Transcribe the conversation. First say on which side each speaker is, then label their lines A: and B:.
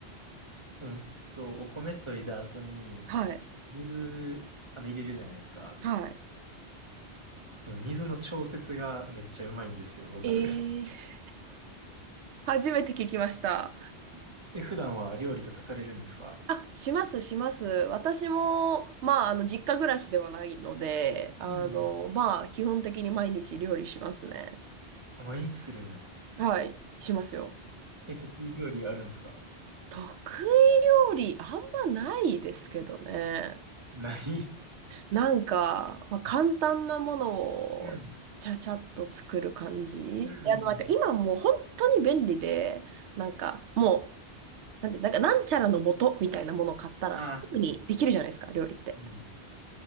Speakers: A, on the right; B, on the right.
A: <laughs> うんと、お米といだ後に、
B: はい。
A: 水、あの、入れるじゃないですか。
B: はい。
A: その水の調節がめっちゃうまいんですよ、僕。
B: えー、初めて聞きました。
A: <laughs> え、普段は料理とかされるんですか
B: あ、します、します。私も、まあ、あの、実家暮らしではないので、あの、
A: うんうん。
B: まあ、基本的に毎日料理しますね。
A: あ毎日するんや。
B: はい、しますよ。
A: え、得意料理あるんですか
B: 得意料理、あんまないですけどね。
A: ない。<laughs>
B: なんか、まあ、簡単なもの
A: うん。
B: を、ちゃちゃっと作る感じ。
A: うん。
B: あの、なんか今もう本当に便利で、なんか、もう、なんて、なんか、なんちゃらの素みたいなものを買ったら、
A: ああ、
B: すぐにできるじゃないですか、
A: はい。
B: 料理って。
A: うん。